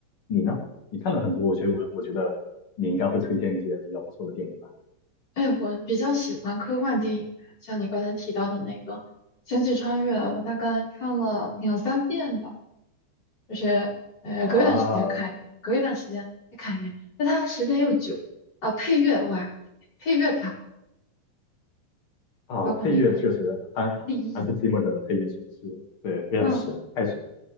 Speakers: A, on the left; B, on the left.
A: 你呢？你看了很多，我觉得我我觉得你应该会推荐一些比较不错的电影吧？
B: 哎，我比较喜欢科幻电影，像你刚才提到的那个《星际穿越》，我大概看了两三遍吧，就是呃，
A: 啊
B: 隔一段时间看一遍，隔一段时间再看一遍，因为它时间又久啊、配乐哇，配乐太好，
A: 啊，
B: 包括那个
A: 配乐确实，韩韩斯季默的配乐是是对非常神，
B: 立意，嗯，
A: 太神了。